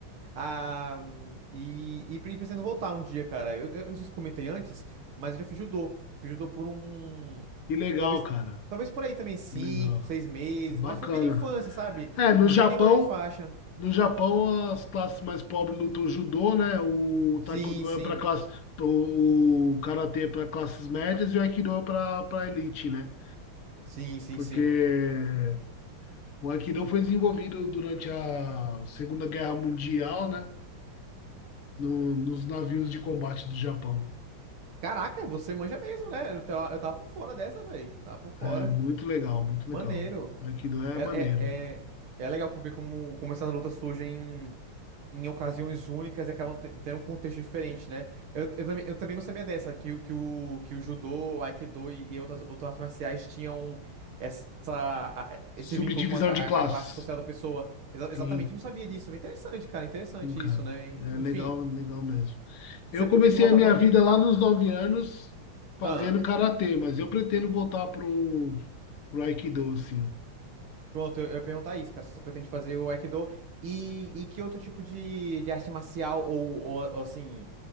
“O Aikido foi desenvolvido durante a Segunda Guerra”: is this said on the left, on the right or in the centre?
Left